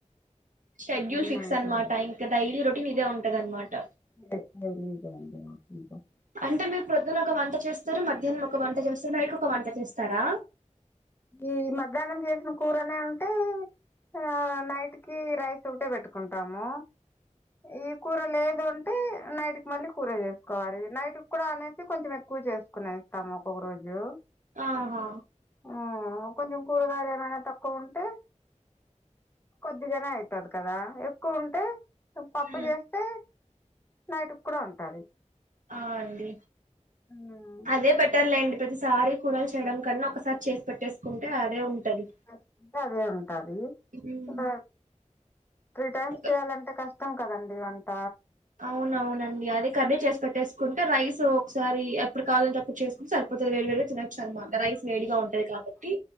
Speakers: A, on the right; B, on the left.
A: షెడ్యూల్
B: అంతే
A: ఫిక్స్
B: మా ఇంట్లో
A: అనమాట ఇంక డైలీ రొటీన్ ఇదే ఉంటద అనమాట
B: <unintelligible>
A: అంటే మీరు ప్రొద్దున ఒక వంట చేస్తారు మధ్యానం ఒక వంట చేస్తారు నైట్కి ఒక వంట చేస్తారా
B: ఈ మధ్యానం చేసిన కూరనే ఉంటే ఆ నైట్కి రైస్ ఒకటే పెట్టుకుంటాము ఈ కూర లేదు అంటే నైట్కి మళ్ళీ కూర చేసుకోవాలి నైట్ కూడా అనేసి కొంచం ఎక్కువ చేసుకో నేస్తాము ఒక్కొక్క రోజు
A: ఆహా
B: ఆ కొంచం కూరగాయలు ఏమైనా తక్కువ ఉంటే కొద్దిగానే ఐతది కదా ఎక్కువ ఉంటే పప్పు
A: మ్మ్
B: చేస్తే నైటుకు కూడ ఉంటది
A: ఆ అండి
B: ఉమ్
A: అదే బెటర్ లెండి ప్రతిసారి కూరలు చేయడం కన్నా ఒకసారి చేసి పెట్టేసుకుంటే అదే ఉంటది
B: స్తుంటే అదే ఉంటది
A: మ్మ్
B: ఇల త్రీ టైమ్స్
A: ఒక
B: చేయాలంటే కష్టం కదండి వంట
A: అవునవునండి అదే కర్రీ చేసి పెట్టేసుకుంటే రైస్ ఒకసారి ఎప్పుడు కావాలంటే అప్పుడు చేసుకుంటె <unintelligible> <unintelligible> వేడి వేడిగా తినొచ్చు అనమాట రైస్ వేడిగా ఉంటుది కాబట్టి